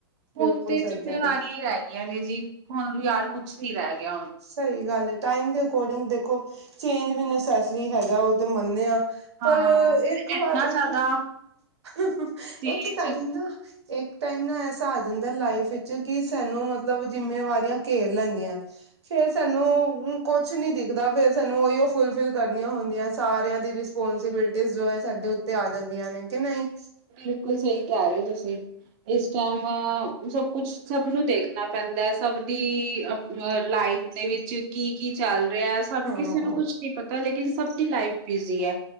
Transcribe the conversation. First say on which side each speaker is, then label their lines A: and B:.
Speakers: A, on the right; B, on the right.
A: ਹੁਨ
B: ਬਿਲਕੁਲ
A: ਤੇ
B: ਸਹੀ
A: ਜਿੰਮੇਵਾਰੀਆਂ
B: ਕਹਿ ਰਹੇ ਹੋ
A: ਈ ਰਹਿਗੀਆਂ ਨੇਂ ਜੀ। ਹੁਣ ਵੀ ਯਾਰ, ਕੁਛ ਨੀ ਰਹਿ ਗਿਆ ਹੁਣ।
B: ਸਹੀ ਗੱਲ ਏ। ਟਾਈਮ ਦੇ ਅਕੋਡਿੰਗ ਦੇਖੋ, ਚੇਂਜ ਵੀ ਨੇਸੈੱਸਰੀ ਹੈਗਾ, ਉਹ ਤੇ ਮੰਨਿਆਂ ਪਰ
A: ਹਾਂ
B: ਇੱਕ
A: ਇੰਨਾ
B: ਵਾਰ, ਇੱਕ-ਇੱਕ
A: ਜ਼ਿਆਦਾ ਚੇਂਜ
B: ਟਾਈਮ ਨਾ ਇੱਕ ਟਾਈਮ ਨਾ ਐਸਾ ਆ ਜਾਂਦਾ ਲਾਈਫ ਵਿੱਚ, ਕਿ ਸਾਨੂੰ ਮਤਲਬ ਜਿੰਮੇਵਾਰੀਆਂ ਘੇਰ ਲੈਂਦੀਆਂ। ਫੇਰ ਸਾਨੂੰ ਕੁੱਛ ਨੀ ਦਿਖਦਾ। ਫੇਰ ਸਾਨੂੰ ਉਹੀਓ ਫੁਲ-ਫਿਲ ਕਰਨੀਆਂ ਹੁੰਦੀਆਂ, ਸਾਰਿਆਂ ਦੀ ਰਿਸ ਪੋਂਸਿਬਿਲਟੀਜ਼ ਜੋ ਐ, ਸਾਡੇ ਉੱਤੇ ਆ ਜਾਂਦੀਆਂ ਨੇਂ, ਕਿ ਨਹੀਂ।
A: ਬਿਲਕੁਲ ਸਹੀ ਕਹਿ ਰਹੇ ਓ ਤੁਸੀਂ। ਇਸ ਟੈਂਮ ਸਭ ਕੁਛ ਸਭ ਨੂੰ ਦੇਖਨਾ ਪੈਂਦਾਂ, ਸਭ ਦੀ ਅਪ, ਆ ਲਾਈਫ ਦੇ ਵਿੱਚ ਕੀ-ਕੀ ਚੱਲ ਰਿਹਾ। ਸਾਨੂੰ
B: ਹਾਂ
A: ਕਿਸੇ ਨੂੰ ਕੁੱਛ ਨੀ ਪਤਾ, ਲੇਕਿਨ ਸਭ ਦੀ ਲਾਈਫ਼ ਬਿਜ਼ੀ ਐ।